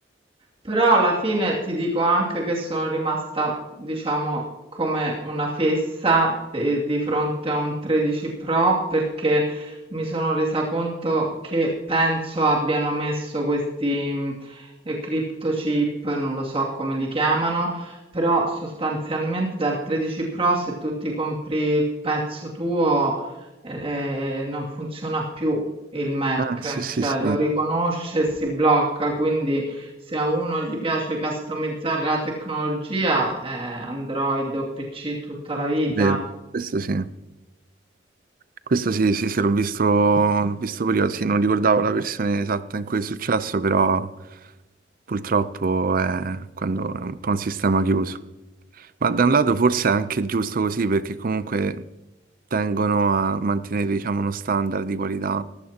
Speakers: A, on the right; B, on the right.
A: Però alla fine ti dico anche che sono rimasta, diciamo, come una fessa de- di fronte a un 13 Pro perché mi sono resa conto che penso abbiano messo questi mh, eh, crypto chip, non lo so come li chiamano, però sostanzialmente dal 13 Pro se tu ti compri il pezzo tuo eh, non funziona più il Mac,
B: Ah, sì, sì,
A: cioè
B: sì,
A: lo riconosce e si blocca, quindi se a uno gli piace customizzare la tecnologia, eh, Android o PC tutta la vita.
B: vero, questo sì. Questo sì, sì, sì, l'ho visto, l'ho visto prima, sì, non ricordavo la versione esatta in cui è successo, però purtroppo è, quando è un po' un sistema chiuso. Ma da un lato forse è anche giusto così perché comunque tengono a mantenere, diciamo, uno standard di qualità